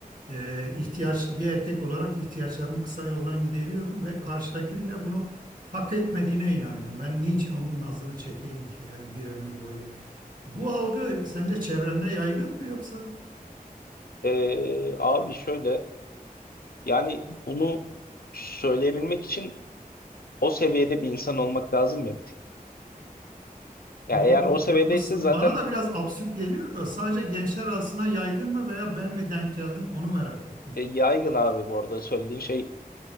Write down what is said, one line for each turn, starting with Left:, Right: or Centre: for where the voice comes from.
Right: e, ihtiyaç bir erkek olarak ihtiyaçlarımı kısa yoldan gideriyorum ve karşıdakinin de bunu hak etmediğine inanıyorum. Ben niçin onun nazını çekeyim ki yani bir ömür boyu? Bu algı sence çevrende yaygın mı yoksa?
Left: Ee, abi şöyle yani bunu söyleyebilmek için o seviyede bir insan olmak lazım ya bir tık. Ya
Right: Doğrudur,
Left: eğer o seviyedeyse
Right: haklısın.
Left: zaten
Right: Bana da biraz absürt geliyor da sadece gençler arasında yaygın mı veya ben mi denk geldim onu merak ettim.
Left: e, yaygın abi bu arada söylediğin şey